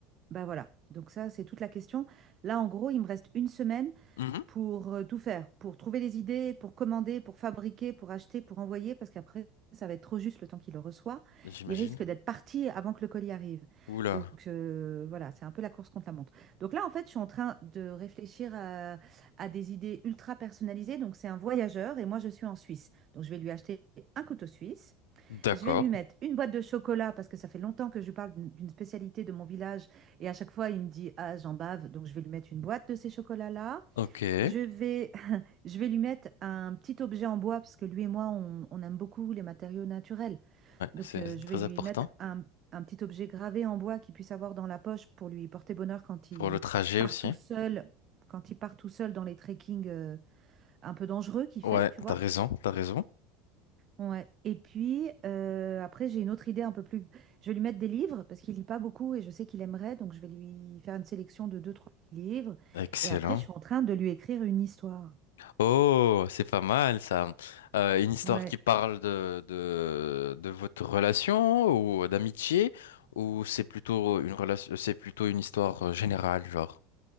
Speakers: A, on the right (about 45°); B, on the left (about 75°).
A: Ben voilà. Donc ça, c'est toute la question. Là, en gros, il me reste une semaine
B: Mhm.
A: pour euh, tout faire, pour trouver les idées, pour commander, pour fabriquer, pour acheter, pour envoyer, parce qu'après, ça va être trop juste le temps qu'il le reçoit.
B: J'imagine.
A: Il risque d'être parti avant que le colis arrive.
B: Oula.
A: Donc euh, voilà, c'est un peu la course contre la montre. Donc là, en fait, je suis en train de réfléchir à, à des idées ultra personnalisées. Donc c'est un voyageur et moi, je suis en Suisse. Donc je vais lui acheter un couteau suisse.
B: D'accord.
A: Je vais lui mettre une boîte de chocolat parce que ça fait longtemps que je lui parle d'une d'une spécialité de mon village et à chaque fois, il me dit, ah, j'en bave. Donc je vais lui mettre une boîte de ces chocolats-là.
B: Ok. Ouais,
A: Je vais, <laughs> je vais lui mettre un petit objet en bois parce que lui et moi, on, on aime beaucoup les matériaux naturels. Donc,
B: c'est
A: euh, je
B: très
A: vais lui
B: important
A: mettre un, un petit objet gravé en bois qu'il puisse avoir dans la poche pour lui porter bonheur quand il
B: pour le trajet
A: part
B: aussi.
A: tout seul, quand il part tout seul dans les trekking euh, un peu dangereux qu'il
B: Ouais,
A: fait, tu vois.
B: t'as raison, t'as raison.
A: Ouais. Et puis, euh, après, j'ai une autre idée un peu plus. Je vais lui mettre des livres parce qu'il lit pas beaucoup et je sais qu'il aimerait. Donc, je vais lui faire une sélection de deux, trois petits livres.
B: Excellent.
A: Et après, je suis en train de lui écrire une histoire.
B: Oh, c'est pas mal ça. Euh, une histoire
A: Ouais.
B: qui parle de, de, de votre relation ou d'amitié ou c'est plutôt une relation, c'est plutôt une histoire euh, générale, genre.